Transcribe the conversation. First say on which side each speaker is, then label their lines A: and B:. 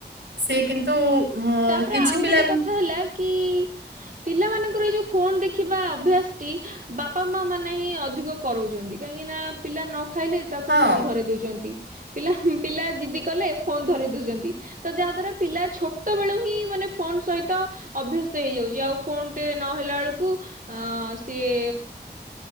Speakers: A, on the right; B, on the right.
A: ସେ କିନ୍ତୁ
B: ତାପରେ
A: କିଛି
B: ଆଉ
A: ପିଲା
B: ଗୋଟେ
A: ଏମ
B: କଥା ହେଲା କି ପିଲାମାନଙ୍କର ଏଇ ଯୋଉ ଫୋନ ଦେଖିବା ଅଭ୍ୟାସ ଟି ବାପା ମା ମାନେ ହିଁ ଅଧିକ କରାଉଛନ୍ତି, କାହିଁକି ନା ପିଲା ନ ଖାଇଲେ ତାକୁ
A: ହଁ
B: ଫୋନ ଧରେଇ ଦଉଛନ୍ତି। ପିଲା ପିଲା ଜିଦି କଲେ ଫୋନ୍‌ ଧରେଇ ଦଉଛନ୍ତି ତ ଯାହା ଦ୍ଵାରା ପିଲା ଛୋଟ ଛୋଟ ବେଳୁ ହିଁ ମାନେ ଫୋନ୍‌ ସହିତ ଅଭ୍ୟସ୍ତ ହେଇଯାଉଛି ଆଉ ଫୋନ୍‌ ଟେ ନହଲା ବେଳକୁ ଅ ସିଏ